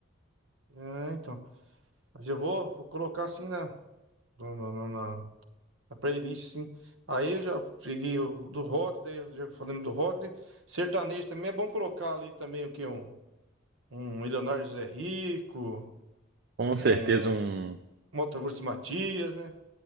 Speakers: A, on the right (about 70°); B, on the right (about 55°).
A: Ah, então. Mas eu vou, vou colocar assim na, no- no- no- na, na playlist, sim. Aí eu já peguei o do rock, daí eu já falando do rock. né? Sertanejo também é bom colocar ali também o que? Um, um Milionário José Rico,
B: Com
A: um.
B: certeza um
A: Motagurso Matias, né?